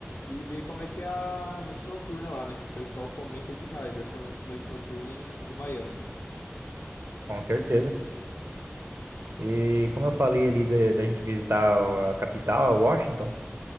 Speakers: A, on the left; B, on the right.
A: e ver como é que é a noite noturna lá, né? Que o pessoal comenta demais dessa noite noturna em, de Miami.
B: Com certeza. E como eu falei ali da da gente visitar a capital, Washington,